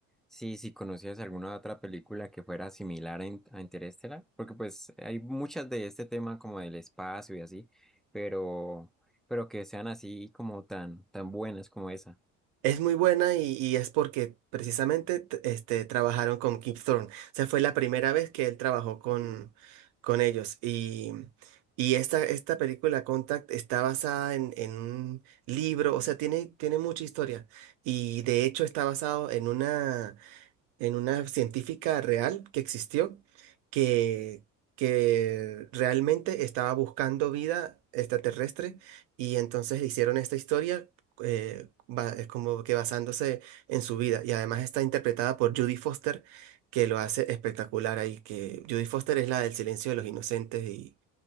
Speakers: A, in the centre; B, on the right (about 70°).
A: si, si conocías alguna otra película que fuera similar a, In- a Interestelar, porque pues hay muchas de este tema como del espacio y así, pero, pero que sean así como tan, tan buenas como esa.
B: Es muy buena y, y es porque precisamente t- este, trabajaron con Kip Thorne. O sea, fue la primera vez que él trabajó con, con ellos. Y, y esta, esta película, Contact, está basada en, en un libro, o sea, tiene, tiene mucha historia. Y de hecho está basado en una... en una científica real que existió, que, que realmente estaba buscando vida extraterrestre y entonces le hicieron esta historia eh, ba- es como que basándose en su vida y además está interpretada por Judy Foster que lo hace espectacular ahí, que Judy Foster es la del Silencio de los Inocentes y,